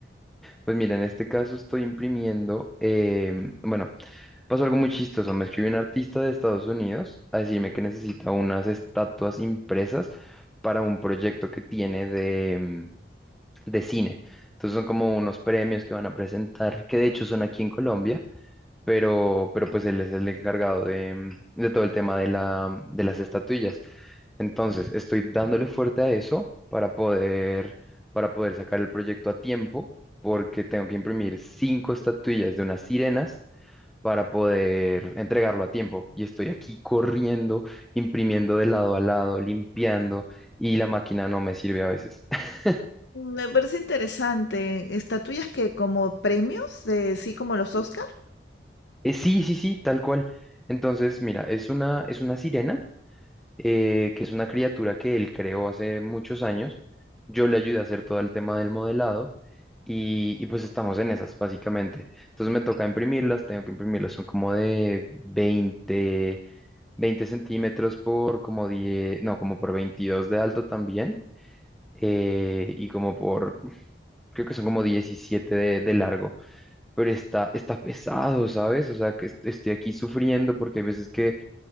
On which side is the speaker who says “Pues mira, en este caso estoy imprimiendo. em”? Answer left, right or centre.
Centre